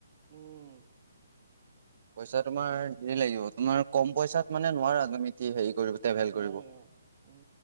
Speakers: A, on the right; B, on the right.
A: উম।
B: পইচা তোমাৰ দেৰ লাগিব, তোমাৰ কম পইচাত মানে নোৱাৰা তুমি কি হেৰি কৰিব ট্ৰেভেল
A: নোৱাৰি
B: কৰিব।
A: অ উম